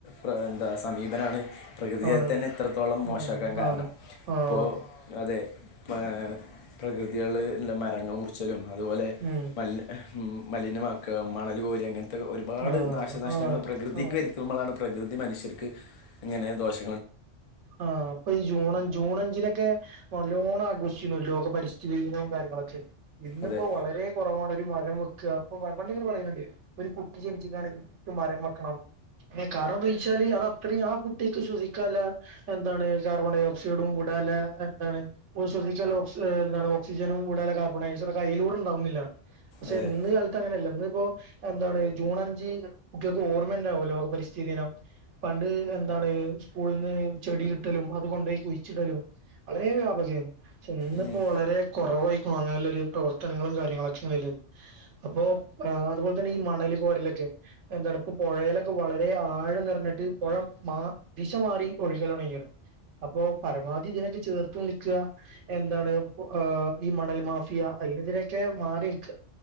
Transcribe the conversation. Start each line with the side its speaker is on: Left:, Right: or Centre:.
Left: ബേ, എന്താ, സമീപനാണ് പ്രകൃതിയെ
Right: ആണ്
Left: തന്നെ, ഇത്രത്തോളം, മോശമാക്കാൻ,
Right: ഉം
Left: കാരണം,
Right: ആണ് ആഹ്
Left: ഇപ്പോ, അതെ മെ, പ്രകൃതികള്, മരങ്ങള്, മുറിച്ചലും, അതുപോലെ,
Right: ഉം
Left: മ മലിനമാക്ക, മണല് കോര, ങ്ങനത്തെ, ഒരുപാട്,
Right: ആഹ്
Left: നാശനഷ്ടങ്ങൾ,
Right: ആഹ്
Left: പ്രകൃതിക്ക്,
Right: ആഹ്
Left: വരുത്തുമ്പളാണ് പ്രകൃതി, മനുഷ്യർക്ക്, ഇങ്ങനെ, ദോഷ
Right: ആഹ്, അപ്പൊ, ഈ, ജൂൺ, ജൂൺ, അഞ്ചിലൊക്കെ, നല്ലോണ രുന്നു, ലോക പരിസ്ഥിതി, ദിനം, കാര്യങ്ങളൊക്കെ, ഇന്നിപ്പോ,
Left: അതെ
Right: വളരെ കൊറവാണ്, ഒരു മരം വ്ക്ക അപ്പൊ പണ്ട് ഇങ്ങനെ പറയ് ണ് ണ്ട് ഒരു കുട്ടി ജനിച്ചിക്കാണെങ്കിൽ കുട്ടി മരം വെക്കണം എ കാരണം എന്തോെയ്ച്ചാല് അതത്രേം ആ കുട്ടിക്ക് ശ്വസി ക്കാല എന്താണ് കാർബൺ ഡൈ ഓക്സൈഡും കുടാലെ എന്താണശ്വാസിക്കാൻള്ള ഓക് ഓക്സിജനും കൂടാലെ കാർബൺ ഡൈഓക്സൈഡ ഒക്ക അയ്ലൂടെ ഇണ്ടാവുന്നില്ലാണ് പക്ഷെ
Left: അതെ
Right: ഇന്ന് കാലത്ത് അങ്ങനെയല്ല ഇന്ന് ഇപ്പോ എന്താണ് ജൂൺ അഞ്ച് കുട്ട്യേൾക്ക് ഓർമന്റാവുല്ലോകപരിസ്ഥിതിനം പണ്ട് എന്താണ് സ്കൂള്ന്ന് ചെടി കിട്ടലും അത് കൊണ്ടോയി കുഴിച്ചിടലും വളരെ വ്യാപക യിരുന്നു ഇന്ന്പ്പോ
Left: ഉം.
Right: വളരെ കൊറവായി വാങ്ങാല്ലെരു പ്രവർത്തനങ്ങളും കാര്യങ്ങളൊക്കേണ്ല്ലെ അപ്പോ അതുപോലെ തന്നെഈ മണൽ കോരലൊക്കെ എന്താണ്പ്പ പൊഴേലൊക്കെ വളരെ ആഴം നിറഞ്ഞിട്ട് പൊഴംമാ ദിശ മാറി ഒഴികലൊ ഒണങ്ങിക്ക് ണ് അപ്പൊ പരമാവധി ഇതിനൊക്കെ ചേർത്ത് നിൽക്കുഎന്താണ് ഈ മണൽ മാഫിയ അയ്നെതിരൊക്കെ മാറി ക്ക